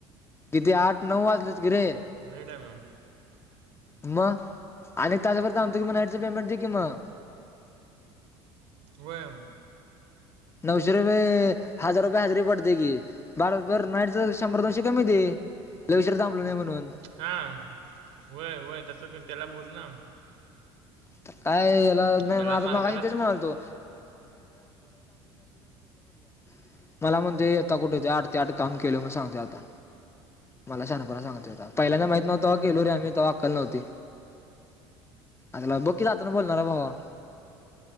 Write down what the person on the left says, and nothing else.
किती आठ नऊ वाजलेत की रे.
म अनीक तासभर थांबतो की म नाईटच पेमेंट दे की म.
नऊशे रुपे हजार रुपये हाजरी पडते की बाराबर नाईट त शंभर दोनशे कमी दे लई उशिरा थांबलो नाय म्हणून.
आता काय याला नाई
माझं
मगाशी तेच म्हणाल्तो. <unintelligible> मला म्हणतोय आता कुठं ते आठ ते आठ काम केलं म सांग ते आता. मला शानपणा सांगातोय् आता पहिल्यांदा माईत नव्ह तवा केलं रे आम्ही तवा अक्कल नव्हती. आता लगा बघ की जाताना बोलणार भावा.